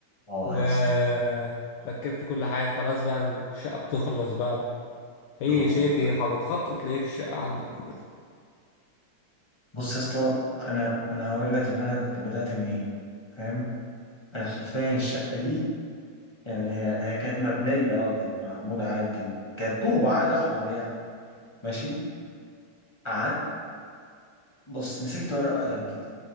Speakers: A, on the left; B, on the left.
A: اه
B: وركبت
A: يا اسطى
B: كل حاجة خلاص بقى الشقة بتخلص بقى هي
A: اه
B: شايف
A: والله
B: هي بتخطط ليه في الشقة عندك وكده
A: بص يا اسطى انا انا هقول لك ان انا كنت بدأت منين فاهم؟ انا حرفيا الشقة دي يعني هي, هي كانت مبنية اه كانت معمولة عادي كانت كانت طوب عادي احمر يعني ماشي قعدت بص مسكت ورقة وقلم كده